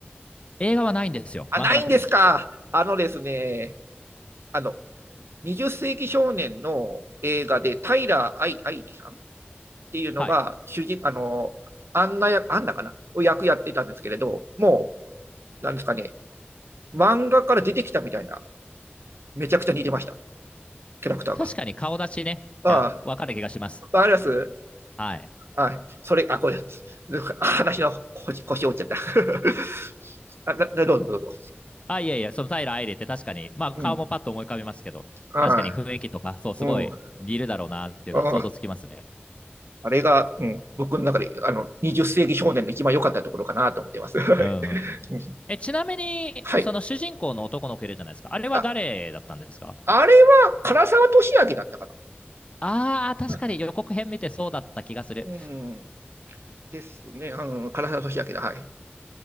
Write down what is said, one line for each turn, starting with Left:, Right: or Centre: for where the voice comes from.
Left: 映画はないんですよ。
Right: あ、
Left: 漫画だけです。
Right: ないんですか。あのですね、あの、20世紀少年の映画で、タイラー・アイ・アイリさんっていうのが、
Left: はい。
Right: 主人、あの、アンナ役、アンナかなを役やってたんですけれど、もう、なんですかね、漫画から出てきたみたいな、めちゃくちゃ似てました、キャラクターが。
Left: 確かに顔出しね、
Right: ああ、
Left: いやわかる気がします。
Right: わかります
Left: はい。
Right: あ、それ、あ、これ、あ話の腰腰折っちゃった。<laughs> あ、だ、だどうぞどうぞ。
Left: あ、いやいや、その平愛理って確かに、まあ顔もパッと思い浮かびますけど、
Right: うん。あ
Left: 確かに雰囲気とか、そう、すごい似るだろうなっていうのは想像つきますね。
Right: うん。あああれが、うん、僕の中で、あの、20世紀少年の一番良かったところかなと思ってます。<laughs> はい
Left: うんうんうんえ、
Right: うん。
Left: ちなみに、
Right: はい。
Left: その主人公の男の子いるじゃないですか。あれは誰だったんですか
Right: あ、あれは、唐沢俊明だったか
Left: ああー、
Right: な。
Left: 確かに予告編見てそうだった気がする。
Right: うん。ですね。うん、唐沢俊明だ。はい。あ